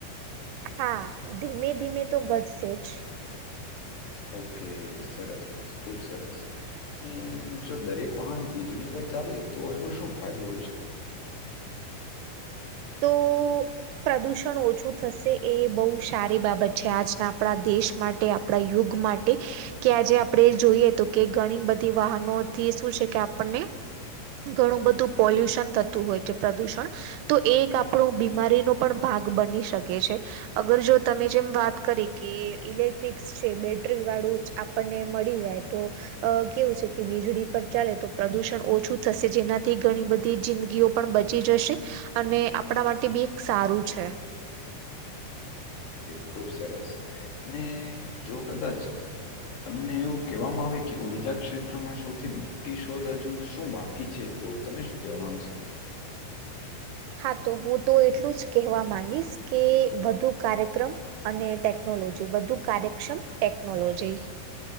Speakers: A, on the right (about 80°); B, on the left (about 60°).
A: હા ધીમે ધીમે તો ઘટશે જ
B: ઓકે સરસ ખુબ સરસ. અને જો દરેક વાહન વીજળી પર ચાલે તો એનો શું ફાયદો હોઈ શકે. <inaudible>
A: તો પ્રદૂષણ ઓછું થશે એ બહુ સારી બાબત છે આજના આપણા દેશ માટે આપણા યુગ માટે કે આજે આપણે જોઈએ તો કે ઘણી બધી વાહનો શું છે કે આપણને ઘણું બધું પોલ્યુશનતું હોય છે પ્રદૂષણ તો એ એક આપણું બીમારીનો પણ ભાગ બની શકે છે. અગર જો તમે જેમ વાત કરી કે ઈલેક્ટ્રીકસ છે બેટરી વાળું જ આપણને મળી જાય તો. અ કેવું છે કે વીજળી પર ચાલે તો પ્રદુષણ ઓછું થશે જેનાથી ઘણી બધી જિંદગીઓ પણ બચી જશે અને આપણા માટે બી એક સારું છે.
B: ખુબ સરસ અને જો કદાચ તમને એવું કહેવામાં આવે કે ઉર્જા ક્ષેત્રમાં સૌથી મોટી શોધ હજુ શું બાકી છે? તો તમે શું કેવા માંગશો.
A: હા તો હું તો એટલું જ કહેવા માંગીશ કે વધુ કાર્યક્રમ અને ટેકનોલોજી બધું કાર્યક્ષમ ટેકનોલોજી